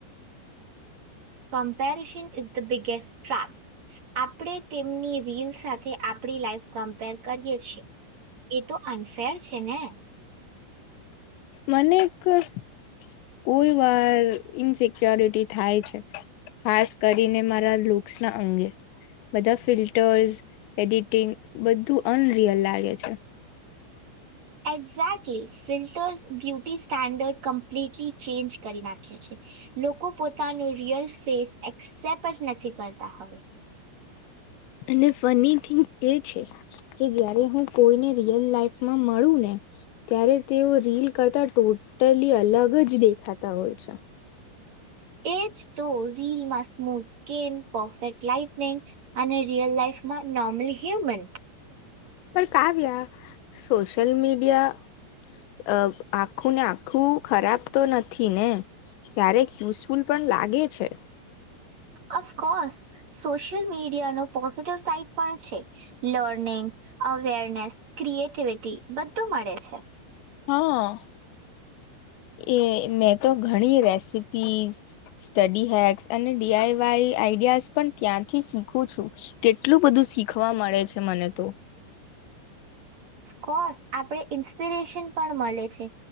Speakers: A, on the right; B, on the left.
A: comparison is the biggest tract આપણે તેમની રીલ સાથે આપણી લાઈફ કમ્પેર કરીએ છીએ એ તો અનફેર છે ને
B: મને કોઈ વાર ઇનસિક્યોરિટી થાય છે ખાસ કરીને મારા લુક્સ ના અંગે બધા ફિલ્ટર્સ એડિટિંગ બધું અનરિયલ લાગે છે
A: exactly filters beauty standard completely change કરી નાખ્યા છે લોકો પોતાનું રિયલ ફેસ એક્સેપ્ટ જ નથી કરતા હવે
B: અને ફની થિંગ એ છે કે જયારે હું કોઈને રિયલ લાઈફમાં મળું ને ત્યારે તેઓ રીલ કરતા ટોટલી અલગ જ દેખાતા હોય છે
A: એજતો રીલમાં સ્મૂથ સ્કીન પરફેક્ટ લાાઈટનિંગ અને રિયલ લાઈફમાં નોર્મલ હ્યુમન
B: પણ કાવ્ય સોશિયલ મીડિયા આખું ને આખું ખરાબ તો નથી ને ક્યારેક યુઝફુલ પણ લાગે છે
A: અફકોર્સ સોશિયલ મીડિયાનો પોઝિટિવ સાઈટ પણ છે લર્નિંગ અવેરનેસ ક્રિએટિવિટી બધું મળે છે
B: હા એ મેં તો ઘણી રેસીપીઝ સ્ટડી હેક્સ અને ડીઆઈ વાઈ આઈડિયાઝ પણ ત્યાંથી શીખું છું કેટલું બધું શીખવા મળે છે મને તો
A: કો આપ ઇન્સ્પિરેશન પણ મળે છે